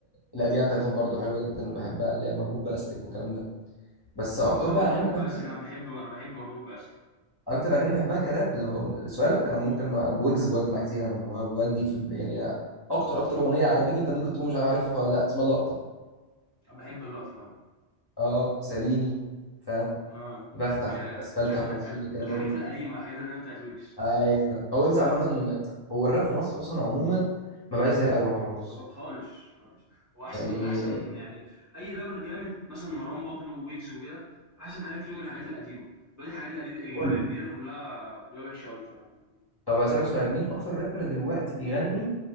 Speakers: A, on the left (about 25°); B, on the right (about 15°).
A: القديمه بتاعتهم برضو حلوه جدا انا بحبها اللي هي مربوط باستك والكلام ده بس
B: ما
A: اكتر
B: اه
A: بقى
B: مربوط
A: اغاني انا
B: بأستك
A: بحبها
B: انا بحب انا بحب مربوط بأستك
A: اكتر اغاني بحبها كراب لو سؤالك انا ممكن انا بويجز بودي معاه كتير أوي. انا بودي في الب- يعني اكتر اكتر اغنيه عجبتني انت ممكن تكون مش عارفها ولا لا اسمها اللقطه
B: انا بحب اللقطة طبعا
A: اه ساليني فاهم
B: اه
A: بخت على
B: هي
A: فريق الاسفلت
B: الح...
A: 21
B: الح... الح-
A: الكلام
B: الحاجات
A: ده كله
B: القديمة الحاجات القديمة بتاعت ويجز
A: ايوه هو ويجز
B: ايوه
A: عامه هو الراب في مصر اصلا عموما ما بقاش زي الاول خلاص
B: طب خالص خالص واحسن
A: يعني
B: احسن احسن يعني اي رابر جامد مثلا مروان بابلو وويجز وكده احسن حاجات ليهم الحاجات القديمة دلوقتي الحاجات القديمة الجديدة
A: كله
B: كلها كلها وحشة قوي بصراحة يعني
A: طب هسألك سؤال مين اكتر رابر دلوقتي بيغني